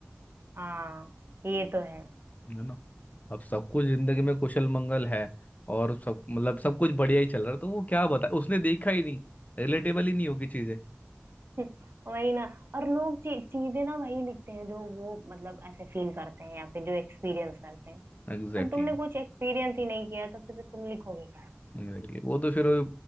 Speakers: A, on the right; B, on the left.
A: हाँ ये तो है
B: है ना अब सब कुछ जिंदगी में कुशल मंगल है और सब मतलब सब कुछ बढ़िया ही चल रहा है तो वो क्या बताए उसने देखा ही नहीं रिलेटेबल ही नहीं होगी चीजें
A: <laughs> वही ना और लोग ची, चीजें ना वही लिखते हैं जो वो मतलब ऐसे फील करते हैं या फिर जो एक्सपीरियंस करते हैं
B: Exactly
A: अब तुमने
B: exactly,
A: कुछ एक्सपीरियंस ही नहीं किया है, तो फिर तो तुम लिखोगे क्या
B: exactly. वो तो फिर वो